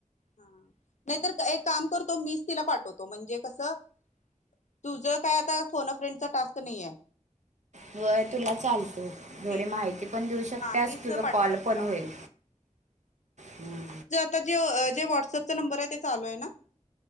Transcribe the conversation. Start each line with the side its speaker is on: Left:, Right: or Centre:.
Left: हा नाहीतर एक काम करतो मीच तिला पाठ म्हणजे कस तुझ काय आता फोन अ फ्रेंडचा टास्क नाहीये
Right: होय तुला चालते
Left: हो
Right: थोडी
Left: नाही?
Right: माहिती पण देऊ
Left: हा
Right: शकतेस
Left: मीच
Right: तुझ
Left: पाठवतो
Right: कॉल
Left: तिला
Right: पण होईल. हम्म
Left: ताे जो जे व्हॉट्सअपचा नंबर आहे ते चालू आहे ना